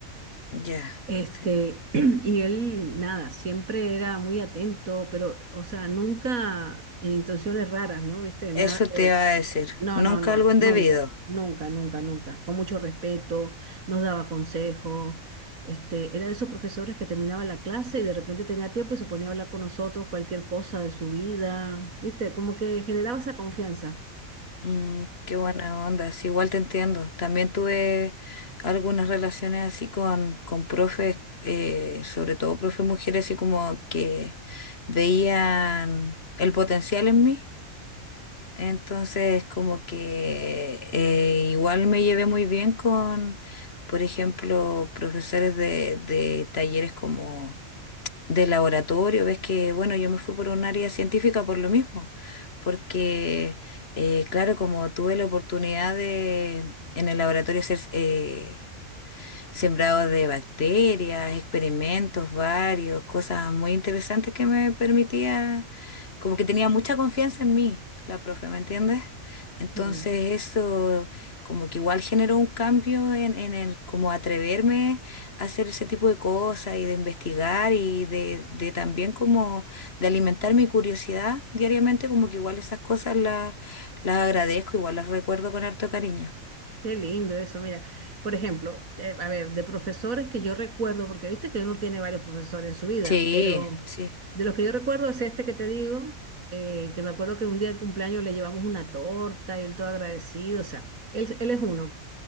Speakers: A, on the left; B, on the right.
A: ya,
B: Este,
A: sí.
B: <clears throat> y él, nada, siempre era muy atento, pero, o sea, nunca en intenciones raras, ¿no? ¿Viste? Nada
A: Eso
B: que
A: te
B: ver.
A: iba a decir.
B: No,
A: Nunca
B: no, no,
A: algo indebido.
B: nunca, nunca, nunca, nunca. Con mucho respeto, nos daba consejos. Este, era de esos profesores que terminaba la clase y de repente tenía tiempo y se ponía a hablar con nosotros cualquier cosa de su vida, ¿viste? Como que generaba esa confianza.
A: Mm, qué buena onda, sí, igual te entiendo. También tuve algunas relaciones así con, con profes, eh, sobre todo profes mujeres, así como que veían el potencial en mí. Entonces, como que eh, igual me llevé muy bien con, por ejemplo, profesores de, de talleres como de laboratorio, ves que, bueno, yo me fui por un área científica por lo mismo, porque, eh, claro, como tuve la oportunidad de en el laboratorio ser eh, sembrado de bacterias, experimentos varios, cosas muy interesantes que me permitía como que tenía mucha confianza en mí, la profe, ¿me entiendes? Entonces
B: Mm.
A: eso como que igual generó un cambio en, en el como atreverme a hacer ese tipo de cosas y de investigar y de, de también como de alimentar mi curiosidad diariamente, como que igual esas cosas las, las agradezco, igual las recuerdo con harto cariño.
B: Qué lindo eso, mira. Por ejemplo, eh, a ver, de profesores que yo recuerdo, porque viste que uno tiene varios profesores en su vida,
A: Sí,
B: pero
A: sí.
B: de los que yo recuerdo es este que te digo, eh, que me acuerdo que un día de cumpleaños le llevamos una torta y él todo agradecido, o sea, él, él es uno.